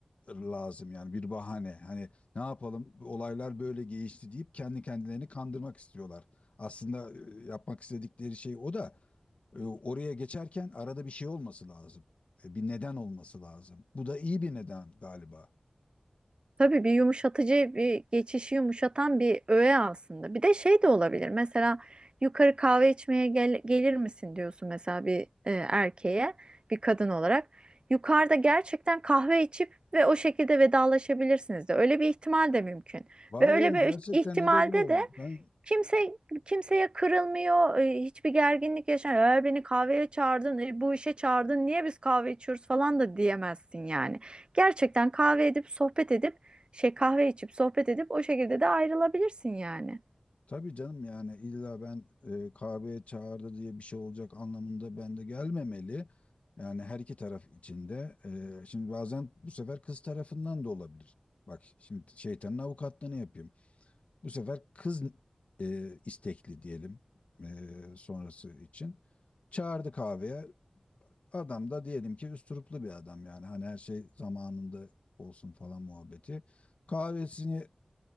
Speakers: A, on the left; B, on the right.
A: lazım yani bir bahane. Hani ne yapalım olaylar böyle gelişti deyip kendi kendilerini kandırmak istiyorlar. Aslında e, yapmak istedikleri şey o da e, oraya geçerken arada bir şey olması lazım. E, Bir neden olması lazım. Bu da iyi bir neden galiba.
B: Tabii bir yumuşatıcı bir geçişi yumuşatan bir öğe aslında. Bir de şey de olabilir. Mesela yukarı kahve içmeye gel- gelir misin diyorsun mesela bir e, erkeğe bir kadın olarak. Yukarıda gerçekten kahve içip ve o şekilde vedalaşabilirsiniz de. Öyle bir ihtimal de mümkün.
A: Var
B: Ve öyle
A: ya gerçekten
B: bir ihtimalde
A: öyle bir oldu.
B: de
A: Ben
B: Kimse kimseye kırılmıyor, e, hiçbir gerginlik yaşanmıyor. Eğer beni kahveye çağırdın, e, bu işe çağırdın, niye biz kahve içiyoruz falan da diyemezsin yani. Gerçekten kahve edip sohbet edip şey kahve içip sohbet edip o şekilde de ayrılabilirsin yani.
A: tabii canım yani illa ben e, kahveye çağırdı diye bir şey olacak anlamında ben de gelmemeli. Yani her iki taraf içinde. E, şimdi bazen bu sefer kız tarafından da olabilir. Bak şimdi şeytanın avukatlığını yapayım. Bu sefer kız e, istekli diyelim e, sonrası için. Çağırdı kahveye. Adam da diyelim ki üsturuplu bir adam yani hani her şey zamanında olsun falan muhabbeti. Kahvesini